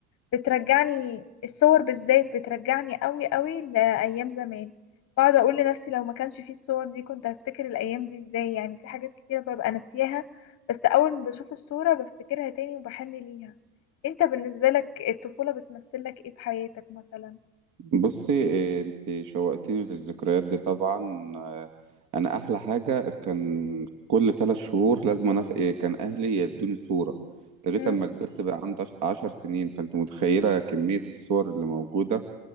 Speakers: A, on the left; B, on the right.
A: بترجعني الصور بالذات بترجعني قوي قوي لأيام زمان بقعد أقول لنفسي لو ما كانش فيه الصور دي كنت هفتكر الأيام دي إزاي يعني في حاجات كتيرة ببقى ناسياها بس أول ما بشوف الصورة بفتكرها تاني وبحن ليها أنت بالنسبة لك الطفولة بتمثلك إيه في حياتك مثلا؟
B: بصي إيه، انت شوقتيني للذكريات دي طبعا آه، انا احلى حاجة كان كل ثلاث شهور لازم أنا إيه، كان اهلي يدوني صورة لغاية
A: مم.
B: اما كبرت بقى عندي عش- عشر سنين فانت متخيلة كمية الصور اللي موجودة